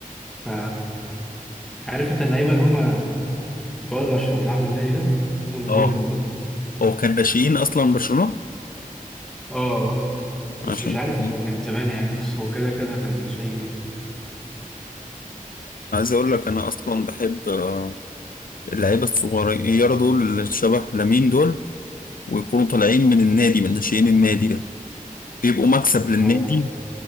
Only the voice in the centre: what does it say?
ف عارف انت اللعيبة اللي هما اتولدوا عشان يلعبوا النادي ده هما
هو منهم
اه بس
مش عارف
لو من زمان يعني بس هو كده كده كان من الناشئين يعني
اه والله.